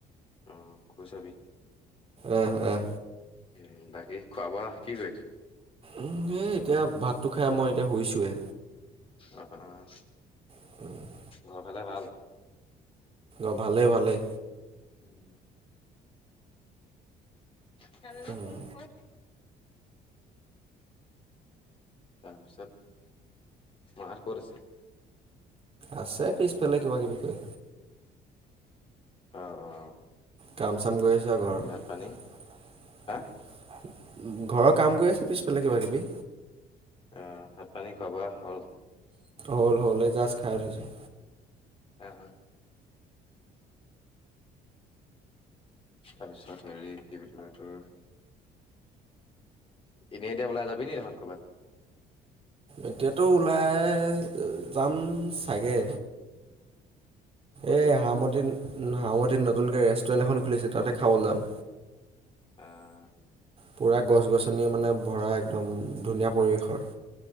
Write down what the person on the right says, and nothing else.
অহ অহ
উম হ এতিয়া ভাতটো খাই মই এতিয়া শুইছোৱে।
<inaudible>
অ', ভালেই ভালেই।
উম,
আছে পিছফালে কিবাকিবি কৰি।
কাম চাম কৰি আছা ঘৰৰ
ঘৰৰ কাম কৰি আছে পিছ ফালে কিবা কিবি।
হ'ল হ'ল এই জাষ্ট খাই উঠিছোঁ।
এতিয়াটো ওলাই যাম চাগে
এই
হামতিত হামতিত নতুনকৈ ৰেষ্টুৰেণ্ট এখন খুলিছে তাতে খাবলৈ যাম।
পুৰা গছ গছনি মানে ভৰা একদম ধুনীয়া পৰিৱেশৰ।